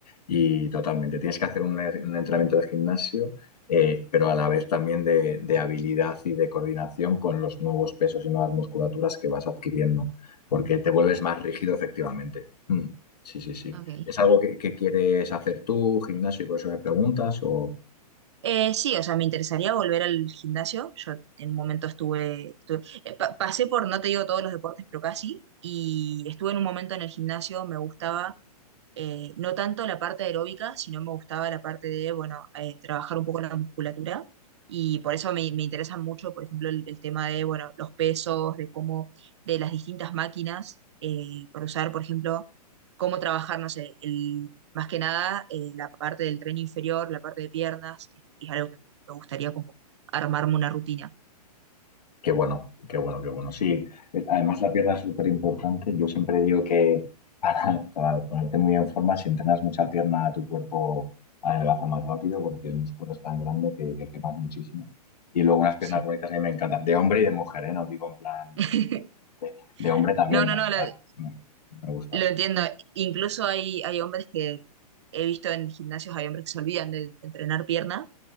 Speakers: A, on the left (about 80°); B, on the right (about 45°).
A: Y totalmente, tienes que hacer un, er- un entrenamiento de gimnasio, eh, pero a la vez también de, de habilidad y de coordinación con los nuevos pesos y nuevas musculaturas que vas adquiriendo, porque te vuelves más rígido efectivamente. Mm, sí, sí, sí.
B: Ok.
A: ¿Es algo que, que quieres hacer tú, gimnasio, y por eso me preguntas? O...
B: Eh, sí, o sea, me interesaría volver al gimnasio. Yo en un momento estuve, estuve- eh, pa- pasé por, no te digo todos los deportes, pero casi, y estuve en un momento en el gimnasio, me gustaba eh, no tanto la parte aeróbica, sino me gustaba la parte de, bueno, eh, trabajar un poco la musculatura. Y por eso me, me interesa mucho, por ejemplo, el, el tema de, bueno, los pesos, de cómo, de las distintas máquinas, eh, para usar, por ejemplo, cómo trabajar, no sé, el, más que nada eh, la parte del tren inferior, la parte de piernas, es algo que me gustaría como armarme una rutina,
A: Qué bueno, qué bueno, qué bueno. Sí, eh, además la pierna es súper importante. Yo siempre digo que para, para ponerte muy en forma, si entrenas mucha pierna, tu cuerpo adelgaza más rápido porque el músculo es tan grande que, que quemas muchísimo. Y luego unas piernas
B: sí.
A: bonitas a mí me encantan, de hombre y de mujer, ¿eh? No digo en plan de,
B: <laughs>
A: de hombre también
B: No, no,
A: me,
B: no, la-
A: ah, me, me gusta.
B: Lo entiendo. Incluso hay, hay hombres que he visto en gimnasios, hay hombres que se olvidan de entrenar pierna